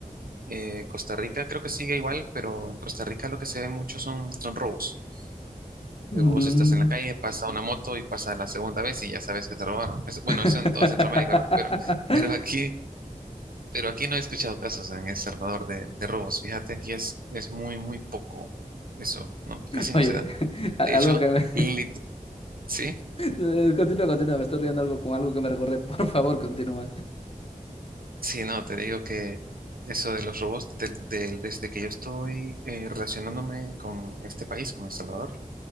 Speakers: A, on the right; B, on the left.
A: Eh, Costa Rica creo que sigue igual, pero en Costa Rica lo que se ve mucho son, son robos.
B: Mm.
A: Eh, Vos estás en la calle, pasa una moto y pasa la segunda vez y ya sabes que te robaron. Eso- bueno,
B: <laughs>
A: eso en toda Centroamérica, ¿verdad? Pero, pero aquí, pero aquí no he escuchado casos en El Salvador de, de robos. Fíjate, aquí es, es muy, muy poco eso. No, casi
B: Oye,
A: no se da.
B: <laughs> a-
A: De hecho,
B: algo que me...
A: lit- ¿sí?
B: <laughs> Continúa, continúa, me estoy riendo algo con algo que me recuerde. <laughs> Por favor, continúa.
A: Sí, no, te digo que eso de los robots, de- del- desde que yo estoy eh, relacionándome con este país, con El Salvador,